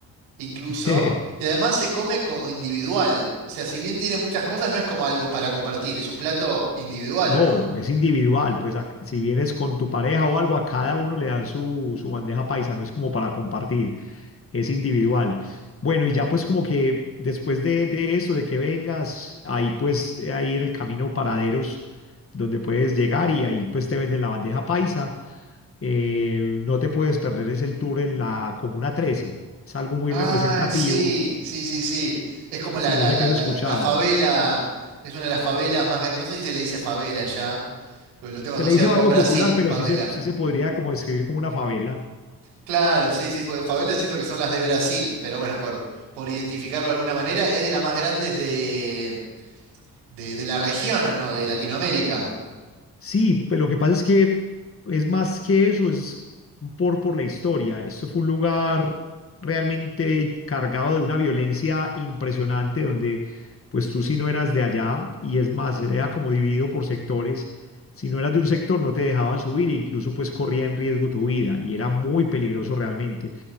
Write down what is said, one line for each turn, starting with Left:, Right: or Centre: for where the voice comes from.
Right: incluso.
Left: <laughs>
Right: Y además se come como individual, o sea, si bien tiene muchas cosas, no es como algo para compartir, es un plato individual
Left: No,
Right: ¿o no?
Left: es individual, pues a- si vienes con tu pareja o algo, a cada uno le dan su, su bandeja paisa, no es como para compartir, es individual. Bueno, y ya pues como que después de, de eso, de que vengas, ahí pues eh, ahí en el camino paraderos donde puedes llegar y ahí pues te venden la bandeja paisa. Eh, no te puedes perder, es el tour en la Comuna 13, es algo muy
Right: Ah,
Left: representativo,
Right: sí, sí, sí, sí. Es como
Left: si
Right: la, la,
Left: no sé
Right: la,
Left: qué has
Right: la,
Left: escuchado.
Right: la favela, es una de las favelas más, gr- no sé si se le dice favela ya, pero lo tengo
Left: Se
Right: asociado
Left: le dice barrio
Right: con Brasil,
Left: popular, pero
Right: favela.
Left: sí se, sí se podría como describir como una favela.
Right: Claro, sí, sí, porque favela siento que son las de Brasil, pero bueno, por, por identificarlo de alguna manera, es de las más grandes de, de, de la región, ¿o no? De Latinoamérica.
Left: Sí, pero lo que pasa es que es más que eso, es por, por la historia. Esto fue un lugar realmente cargado de una violencia impresionante donde pues tú si no eras de allá, y es más, era como dividido por sectores, si no eras de un sector no te dejaban subir e incluso pues corría en riesgo tu vida y era muy peligroso realmente.